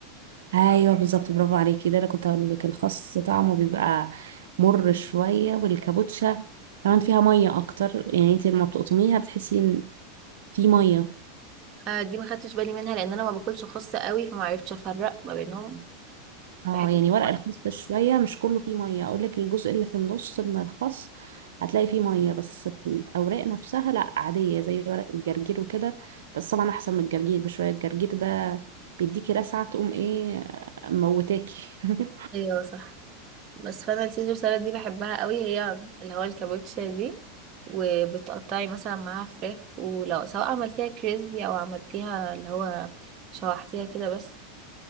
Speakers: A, on the right; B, on the right.
A: ايوه بالظبط برافو عليكي ده انا كنت هقول لك الخس طعمه بيبقى مر شويه والكابوتشا كمان فيها ميه اكتر يعني انت لما بتقطميها بتحسي ان في ميه
B: آه دي ما خدتش بالي منها لان انا ما باكلش خاص قوي فما عرفتش افرق ما بينهم
A: اه
B: في حته
A: يعني
B: الفرق.
A: ورق الخس ده شويه مش كله فيه ميه اقول لك الجزء اللي في النص من الخس هتلاقي فيه ميه بس الاوراق نفسها لا عاديه زي ورق الجرجير وكده بس طبعا احسن من الجرجير بشويه الجرجير ده بيديكي لسعه تقوم ايه موتاكي <laughs>
B: ايوه صح بس فانا السيزر سالاد دي بحبها قوي هي اللي هو الكابوتشا دي وبتقطعي مثلا معاها فراخ ولو سواء عملتيها كريسبي او عملتيها اللي هو شوحتيها كده بس